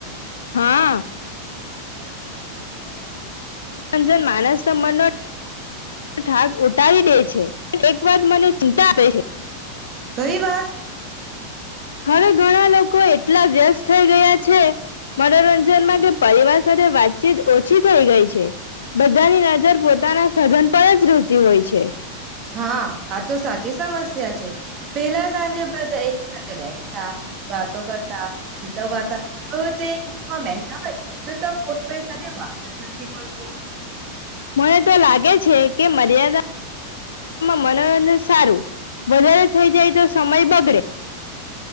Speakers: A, on the left; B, on the right.
A: હા
B: <unintelligible>
A: રંજન માનસ ન મન ઠાક ઉટારી દે છે. એક વાર મને ચિંતા આપે છે.
B: કઈ વાત
A: હવે ઘણા લોકો એ પ્લ વ્યસ્ત થઈ ગયા છે, મનોરંજનમાં કે પરિવાર સાથે વાતચીત ઓછી થઈ ગઈ છે, બધાની નજર પોતાના સઘન પર જ રહેતી હોય છે.
B: હા આ તો સાચી સમસ્યા છે, પેલા સાંજે બધા એક બેસતા વાતો કરતા, ગીતો ગાતા, હવે તે ગામમાં બેતા હોય તો તો કોઈ સાથે વાત નથી કરતું.
A: મને તો લાગે છે કે મર્યાદા મનોરંજન સારું, વધારે થઈ જાય તો સમય બગ ડે